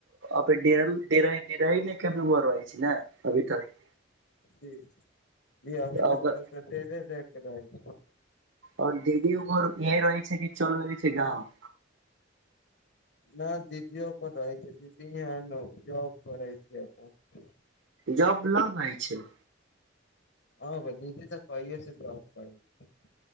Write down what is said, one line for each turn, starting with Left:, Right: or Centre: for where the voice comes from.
Right: अभीरारा ह नहि कभीइ छै ने अभी तक। <unintelligible>
Left: की की अभी
Right: तऽ ओकर
Left: तक डेरे ल के रहय छै। <unintelligible>
Right: आओर दीदी ओकर इह रहै छै कि चल गेल छै गाँव।
Left: न दीदीयो ओत रहै छै दीदी अहन जॉब करै छै ओत
Right: जॉब लग मे अइछ छै। <unintelligible>
Left: हँ भाइ दीदी तऽ कहिये स जॉब करय छै।